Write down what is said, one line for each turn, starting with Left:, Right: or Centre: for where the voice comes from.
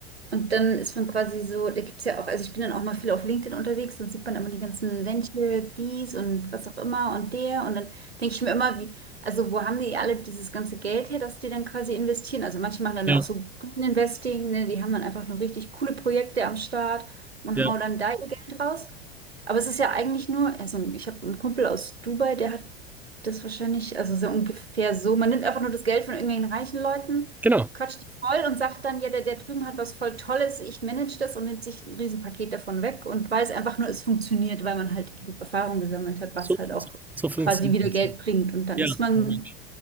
Right: Und dann ist man quasi so, da gibt es ja auch, also ich bin dann auch mal viel auf LinkedIn unterwegs, dann sieht man immer die ganzen Venture, dies und was auch immer und der. Und dann denke ich mir immer, wie, also wo haben die alle dieses ganze Geld her, das die dann quasi investieren? Also manche machen dann
Centre: ja,
Right: auch so Green Investing, ne? Die haben dann einfach nur richtig coole Projekte am Start und
Centre: ja,
Right: hauen dann da ihr Geld raus. Aber es ist ja eigentlich nur, also ich habe einen Kumpel aus Dubai, der hat das wahrscheinlich, also so ungefähr so, man nimmt einfach nur das Geld von irgendwelchen reichen Leuten
Centre: genau.
Right: quatscht die voll und sagt dann, ja, der, der drüben hat was voll Tolles, ich manage das und nimmt sich ein Riesenpaket davon weg und weiß einfach nur, es funktioniert, weil man halt genug Erfahrung gesammelt hat,
Centre: So,
Right: was halt auch
Centre: so so funktioniert
Right: quasi wieder
Centre: das.
Right: Geld bringt. Und dann
Centre: Ja,
Right: ist
Centre: ja,
Right: man
Centre: Mensch.